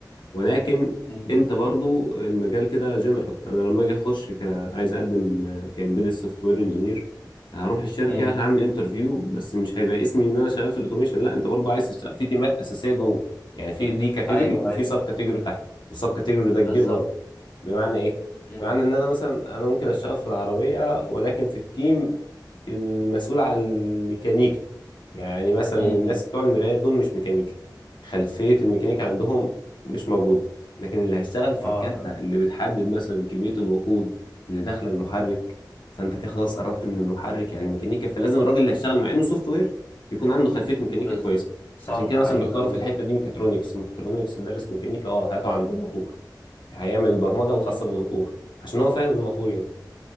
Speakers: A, on the left; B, on the left.
A: ولكن
B: مم.
A: انت برضو المجال كده جنرال انا لما اجي اخش ك... عايز اقدم كامبيدد سوفت وير انجينير هروح الشركه
B: مم.
A: هعمل انترفيو بس مش هيبقى اسمي ان انا شغال في الاوتوميشن لا انت برضو عايز تشتغل في تيمات اساسيه جوه يعني في دي كاتيجوري
B: ايوه
A: وفي
B: ايوه
A: سب كاتيجوري تحت والسب كاتيجوري ده
B: بالظبط
A: كبير برضو بمعنى ايه
B: مم.
A: بمعنى ان انا مثلا انا ممكن اشتغل في العربيه ولكن في التيم المسؤول عن الميكانيكا يعني مثلا
B: مم.
A: الناس
B: مم.
A: بتوع المرايات دول مش ميكانيكا خلفية الميكانيكا عندهم مش موجودة لكن اللي هيشتغل في
B: اه
A: الكارتة اللي بتحدد مثلا كمية الوقود اللي داخلة المحرك فانت كده خلاص قربت من المحرك يعني ميكانيكا فلازم الراجل اللي هيشتغل مع انه سوفت وير يكون عنده خلفية ميكانيكا
B: بالظبط
A: كويسة
B: صح
A: عشان كده
B: ايوه
A: مثلا
B: أيوه،
A: بيختاروا
B: بالظبط
A: في الحتة دي ميكاترونكس ميكاترونكس دارس ميكانيكا اه هاته عند الموتور هيعمل البرمجة الخاصة
B: مم.
A: بالموتور عشان هو فاهم الموتور يعني